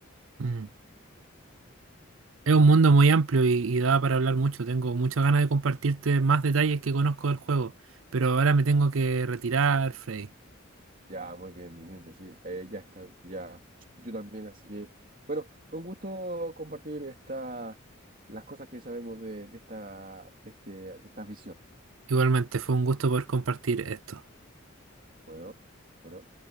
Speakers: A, on the right; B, on the right.
A: Mm. Es un mundo muy amplio y, y da para hablar mucho. Tengo muchas ganas de compartirte más detalles que conozco del juego, pero ahora me tengo que retirar, Freddy.
B: Ya, muy bien, Vicente, sí, eh, ya está, ya, yo también, así que, bueno, con gusto compartir esta, las cosas que sabemos de, de esta, de este, de esta visión.
A: Igualmente, fue un gusto poder compartir esto.
B: Bueno. Bueno.